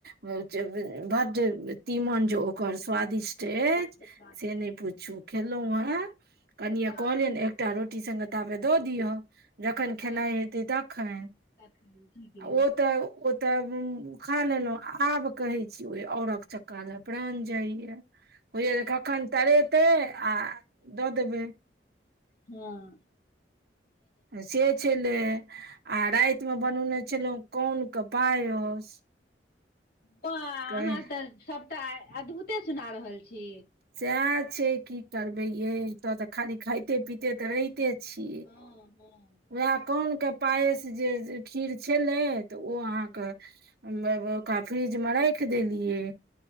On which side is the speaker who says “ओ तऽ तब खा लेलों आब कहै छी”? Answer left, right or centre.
Right